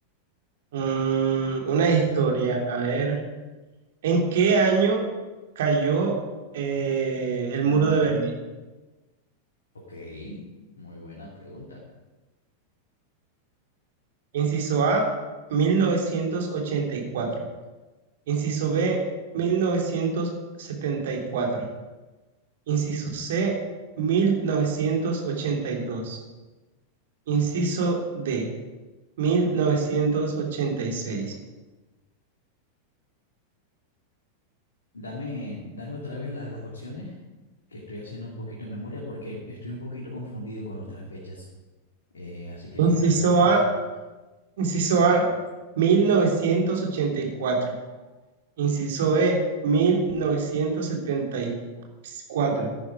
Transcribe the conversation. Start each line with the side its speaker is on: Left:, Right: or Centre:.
Right: mm, una historia. A ver, ¿en qué año cayó eh, el
Left: La
Right: muro
Left: unión.
Right: de Berlín?
Left: Ok, muy buena pregunta.
Right: Inciso A, mil novecientos ochenta y cuatro Inciso B, mil novecientos setenta y cuatro Inciso C, mil novecientos ochenta y dos Inciso D, mil novecientos ochenta y seis
Left: Dame, dame otra vez la- las opciones, que estoy haciendo un poquito de memoria porque estoy un poquito confundido con nuestras fechas. Eh, así que
Right: Inciso
Left: si me las repites,
Right: A, inciso
Left: sí, sí,
Right: A, mil novecientos ochenta y cuatro Inciso B, mil novecientos setenta y cuatro